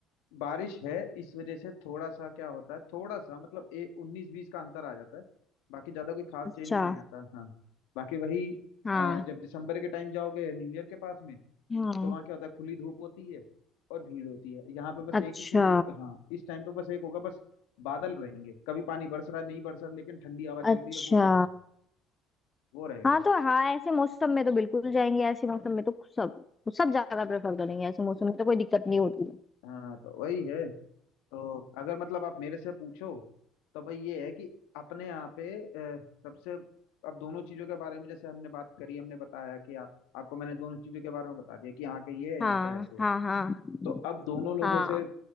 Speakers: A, on the left; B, on the left.
A: बारिश है इस वजह से थोड़ा सा क्या होता है थोड़ा सा मतलब ए उन्नीस बीस का अंतर आ जाता है बाकी ज्यादा कोई खास
B: अच्छा
A: चेंज नहीं आता हाँ बाकी वही
B: हाँ
A: अ, जब दिसंबर के टाइम जाओगे न्यू ईयर के पास में
B: हाँ
A: तो वहाँ क्या होता है खुली धूप होती है और भीड़ होती है यहाँ पे बस
B: अच्छा
A: एक ही चीज हाँ इस टाइम पे बस एक होगा बस बादल रहेंगे कभी पानी बरस रहा है नहीं बरस रहा लेकिन ठंडी हवा चल
B: अच्छा
A: रही है वो तो है वो रहेगा
B: हाँ तो हाँ ऐसे मौसम में तो बिल्कुल जाएंगे ऐसे मौसम में तो सब सब ज्यादा प्रेफर करेंगे ऐसे मौसम में तो कोई दिक्कत नहीं होती है
A: हाँ तो वही है तो अगर मतलब आप मेरे से पूछो तो भाई ये है कि अपने यहाँ पे अ, सबसे अब दोनों चीजों के बारे में जैसे हमने बात करी हमने बताया कि आ, आपको मैंने दोनों चीजों के बारे में बता दिया कि यहाँ के ये है
B: हाँ
A: यहाँ का ऐसे है
B: हाँ हाँ
A: तो अब दोनों लोगों
B: हाँ
A: से